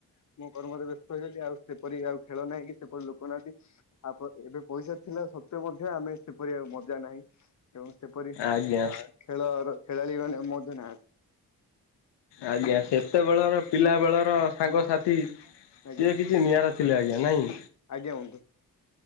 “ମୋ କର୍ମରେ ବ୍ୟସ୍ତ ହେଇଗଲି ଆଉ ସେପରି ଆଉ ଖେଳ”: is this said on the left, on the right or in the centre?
Left